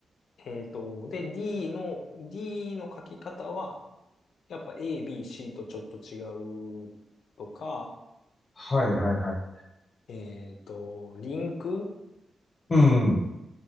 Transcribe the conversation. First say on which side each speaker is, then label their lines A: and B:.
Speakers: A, on the left; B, on the left.
A: えっと、で、D の、D の書き方は、やっぱ A、B、C とちょっと違うとか、
B: はいはいはい。
A: えっと、リンク
B: うん。